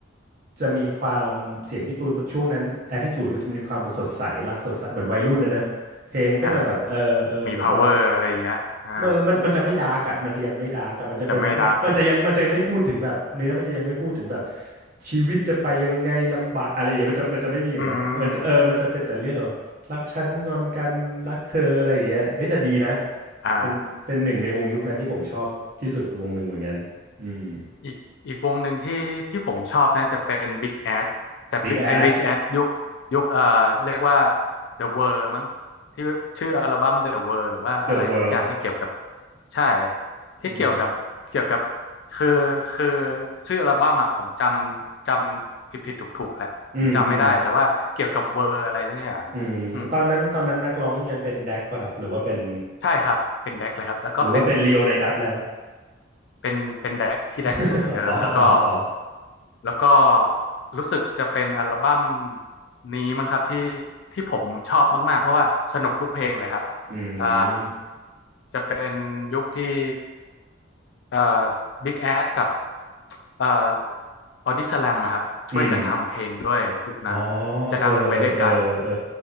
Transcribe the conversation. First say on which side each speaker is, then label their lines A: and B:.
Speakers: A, on the right; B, on the left.
A: จะมีความเสียงพี่ตูนช่วงนั้นแอ t i ิ u ูดก็จะมีความสดใสรักสดใสเหมือนวัยรุ่นนะนะเพลงมันก็จะแบบเออเออเหมือนแบบ
B: อ่ามี power อะไรอย่างเงี้ยอ่า
A: เมื่อมันมันจะไม่ดาร์กอ่ะมันจะยังไม่ดาร์กอ่ะมันจะเป็นมันจะยังมันจะยังไม่พูดถึงแบบเนื้อมันจะยังไม่พูดถึงแบบ
B: จะไม่รักนะ
A: ชีวิตจะไปยังไงลำบากอะไรอย่างเงี้ยมันจะมันจะไม่มีอย่างเงี้ยมันจะเออมันจะเป็นแต่เรื่องแบบรักฉันงอนกันรักเธออะไรอย่างเงี้ยเอ้ยแต่ดีนะ
B: อืมอ่า
A: เป็นเป็นหนึ่งในวงยุคนั้นที่ผมชอบที่สุดวงหนึ่งเหมือนกันอืม
B: อีกอีกวงหนึ่งที่ที่ผมชอบนะจะเป็น Big Ass แต่เป็น
A: Big Ass
B: Big Ass ยุคยุคเอ่อเรียกว่า The World มั้งที่ชื่ออัลบั้ม The World หรือว่าอะไรสักอย่างที่เกี่ยวกับ
A: The World
B: ใช่ที่เกี่ยวกับเกี่ยวกับ
A: อืม
B: คือคือชื่ออัลบั้มอ่ะผมจำจำผิดผิดถูกถูกๆแหละผมจำไม่ได้แต่ว่าเกี่ยวกับเบอร์อะไรสักอย่างเนี่ยอืม
A: อืมอืมอืมตอนนั้นตอนนั้นนักร้องยังเป็นแดกป่ะครับหรือว่าเป็น
B: ใช่ครับเป็นแดกเลยครับแล้วก็เป็น
A: หรือว่าเป็นลีโอไนดัสแล้ว
B: เป็นเป็นแดกพี่แดกอยู่เหมือนเดิมแล้วก็
A: <laughs> อ๋ออ๋ออ๋อ
B: แล้วก็รู้สึกจะเป็นอัลบั้มนี้มั้งครับที่ที่ผมชอบมากๆเพราะว่าสนุกทุกเพลงเลยครับ
A: อืม
B: อ่าจะเป็นยุคที่เอ่อบิ๊กแอดกับเอ่อบอดี้สแลมครับช่วยกันทำเพลงด้วยยุคนั้น
A: อืมอ๋อ
B: จะดังไปด้วยกัน
A: เออเออเออเออ